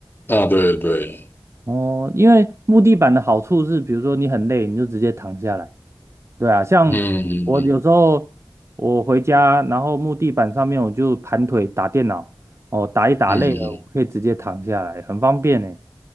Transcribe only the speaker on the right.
哦，因为木地板的好处是，比如说你很累，你就直接躺下来。对啊，像我有时候我回家，
然后木地板上面我就盘腿打电脑，哦，打一打累了，
我可以直接躺下来，很方便呢。